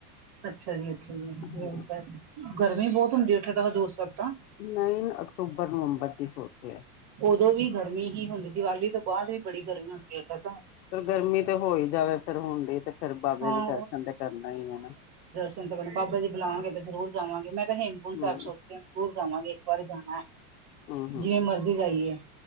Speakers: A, on the right (about 45°); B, on the left (about 75°).
A: ਅੱਛਾ ਜੀ ਅੱਛਾ
B: ਹਾਂ
A: ਜੀ ਗਰਮੀ ਬਹੁਤ ਹੁੰਦੀ ਹੈ ਉੱਥੇ ਤਾਂ ਹਜ਼ੂਰ ਸਭਬ ਤਾਂ
B: ਨਹੀਂ ਅਕਤੂਬਰ ਨਵੰਬਰ ਚ ਹੀ ਸੋਚ ਕੇ ਹੈ
A: ਉਦੋਂ ਵੀ ਗਰਮੀ ਹੀ ਹੁੰਦੀ ਦੀਵਾਲੀ ਤੋਂ ਬਾਅਦ ਵੀ ਬੜੀ ਗਰਮੀ ਹੁੰਦੀ ਏਦ ਤਾਂ
B: ਫਿਰ ਗਰਮੀ ਤੇ ਹੋ ਹੀ ਜਾਵੇ ਫਿਰ ਹੁੰਣਦੀ ਤੇ ਫਿਰ ਬਾਬੇ
A: ਹਾਂ
B: ਦੇ ਦਰਸ਼ਨ ਤੇ ਕਰਨਾ ਹੀ ਹੈਾ
A: ਚਿੰਤਾ ਬਾਬਾ ਜੀ ਬੁਲਾਉਣਗੇ ਤੇ ਜ਼ਰੂਰ ਜਾਵਾਂਗੇ ਮੈਂ ਤਾਂ ਹੇਮਕੁੰਟ
B: ਹੂੰ
A: ਸਾਹਿਬ ਸੋਚ ਕੇ ਜ਼ਰੂਰ ਜਾਵਾਂਗੇ ਇੱਕ ਵਾਰੀ ਜਾਣਾ
B: ਹੂੰ
A: ਜਿਵੇਂ ਮਰਜ਼ੀ ਜਾਈਏ